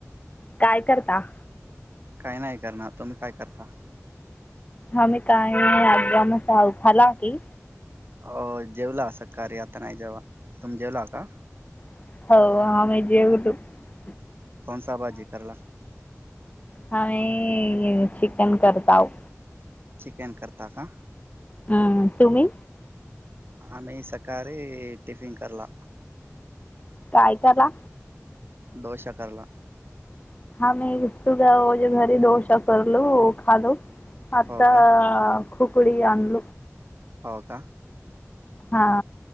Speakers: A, on the left; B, on the right.
A: काय करता
B: काय नाय करणार तुम्ही काय करता
A: आमी काय नाय <unintelligible>
B: हो जेवला सकरी आता नाही जेवा तुम् जेवला का?
A: <unintelligible>
B: कोणसाभाजी करला
A: हाम्ही चिकन करताव
B: चिकन करता का?
A: हं तुम्ही
B: आम्ही सकारी टिफिन करला
A: काय करला
B: डोषा करला
A: <unintelligible> आता
B: हो का
A: <unintelligible>
B: हो का?
A: हा